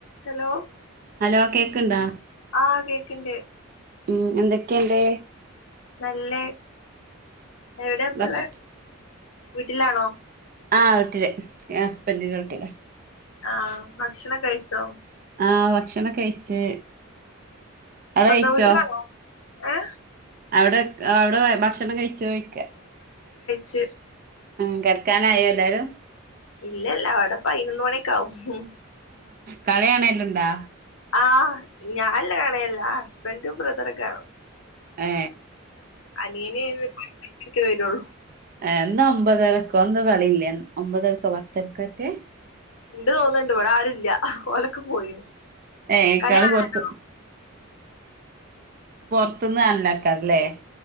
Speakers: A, on the left (about 65°); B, on the right (about 40°).
A: Hello
B: hello കേക്ണ്ടാ
A: ആഹ് കേക്ക്ണ്ട്
B: ഉം എന്തൊക്കെയുണ്ട്
A: നല്ല. എവിടെപ്പള്ള
B: ഭക്ഷ
A: വീട്ടിലാണ്
B: ആ വീട്ട്ല്. ഞാ ഹസ്ബൻ്റ് വീട്ടില
A: ആ ഭക്ഷണം കഴിച്ചോ
B: ആ ഭക്ഷണം കഴിച്ച് അവിടെ
A: സ്വന്തം
B: കഴിച്ചോ
A: വീട്ടിലാണോ ഏ
B: അവിടെ അവിടെ ഭക്ഷണം കഴിച്ചോ ചോയ്ക്ക
A: ചെ
B: ഉ കിടക്കാനായോ എല്ലാരും
A: ഇല്ലല്ല അവിടെ പൈനൊന്ന് മണിയൊക്ക ആാവും
B: കളി കാണലുണ്ടോ
A: ആ ഞാന് കാണല്ല ഹസ്ബൻഡും ബ്രദറൊക്കെ കാണും
B: എ
A: അനിയന് <unintelligible> വരുള്ളൂ
B: എ ഇന്ന് ഒമ്പതരക്കോ കളിയില്ലേ ഒമ്പതരക്കോ പത്തരക്കറ്റെ
A: ണ്ട് തോന്നുന്നുണ്ട്. ഇവിടെ ആരുല്ല ഓലൊക്കെ പോയി
B: ഏഹ്
A: കളി കാണാനോ
B: പൊറത്ത് പൊറത്തുന്ന് <unintelligible>